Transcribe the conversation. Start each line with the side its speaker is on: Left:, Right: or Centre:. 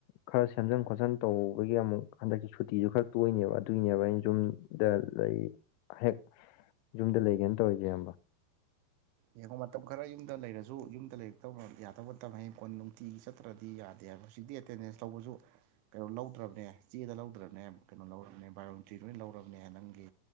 Left: ꯈꯔ ꯁꯦꯝꯖꯤꯟ ꯈꯣꯠꯆꯟ ꯇꯧꯕꯒꯤ ꯑꯃꯨꯛ ꯍꯟꯗꯛꯀꯤ ꯁꯨꯇꯤꯁꯨ ꯈꯔ ꯇꯣꯏꯅꯦꯕ ꯑꯗꯨꯏꯅꯦꯕ ꯑꯩꯅ ꯁꯨꯝ ꯗ ꯂꯩ ꯍꯦꯛ ꯌꯨꯝꯗ ꯂꯩꯒꯦꯅ ꯇꯧꯔꯤꯁꯦ ꯑꯡꯕ
Right: ꯌꯦꯡꯉꯣ ꯃꯇꯝ ꯈꯔ ꯌꯨꯝꯗ ꯂꯩꯔꯁꯨ ꯌꯨꯝꯗ ꯂꯩꯔꯛꯇꯕ ꯌꯥꯗꯕ ꯃꯇꯝ ꯍꯌꯦꯡ ꯀꯣꯟ ꯅꯨꯡꯇꯤꯒꯤ ꯆꯠ ꯅꯠꯇ꯭ꯔꯗꯤ ꯌꯥꯗꯦ ꯍꯥꯏꯕꯥ ꯍꯧꯖꯤꯛꯇꯤ ꯑꯦꯇꯦꯟꯗꯦꯟꯁ ꯂꯧꯕꯁꯨ ꯀꯩꯅꯣ ꯂꯧꯗ꯭ꯔꯕꯅꯦ ꯆꯦꯗ ꯂꯧꯗ꯭ꯔꯕꯅꯦ ꯀꯩꯅꯣ ꯂꯧꯔꯕꯅꯦ ꯕꯥꯏꯑꯣꯃꯤꯇꯔꯤ ꯂꯣꯏ ꯂꯧꯔꯕꯅꯦ ꯅꯪꯒꯤ